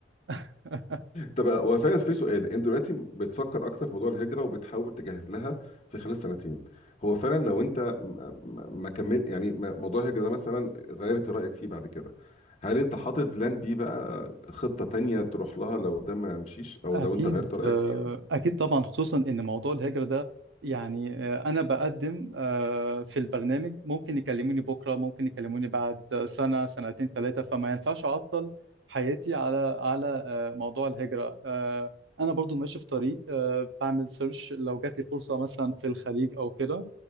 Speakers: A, on the right; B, on the left.
A: <laughs>
B: طب هو فعلا في سؤال انت دلوقتي بتفكر اكتر في موضوع الهجره وبتحاول تجهز لها في خلال سنتين هو فعلا لو انت م- م- ما كمل يعني ما- موضوع الهجره ده مثلا غيرت رايك فيه بعد كده هل انت حاطط بلان بي بقى خطه تانية تروح لها لو ده ما مشيش او
A: أكيد
B: لو انت غيرت رايك
A: آه،
B: فيها
A: أكيد طبعا خصوصا إن موضوع الهجرة ده يعني آه، أنا بقدم آه، في البرنامج ممكن يكلموني بكرة ممكن يكلموني بعد سنة سنتين ثلاثة فما ينفعش أعطل حياتي على على آه، موضوع الهجرة آه، أنا برضو ماشي في طريق آه، بعمل سيرش لو جات لي فرصة مثلا في الخليج أو كده